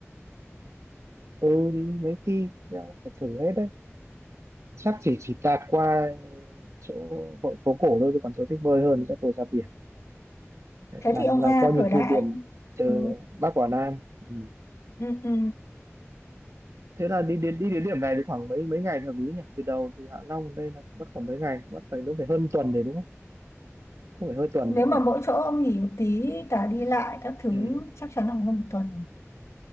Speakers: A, on the right; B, on the left.
A: ừ đi mấy khi đeo phải thử hết đấy chắc chỉ chỉ tạt qua chỗ hội phố cổ thôi chứ còn tôi thích bơi hơn chắc tôi ra biển
B: thế
A: làm
B: thì ông
A: là
B: ra
A: coi như
B: cửa đại
A: thu biển từ
B: ừ.
A: Bắc vào Nam ừ.
B: Ừ, ừ.
A: thế là đi đến đi đến điểm này thì khoảng mấy mấy ngày là hợp lý nhỉ từ đầu từ Hạ Long đến đây là mất khoảng mấy ngày mất phải đúng phải hơn tuần đấy đúng không không phải hơn tuần
B: nếu
A: đấy
B: mà
A: nhỉ
B: mỗi chỗ ông nghỉ một tí cả đi lại các thứ
A: ừ.
B: chắc chắn là hơn một tuần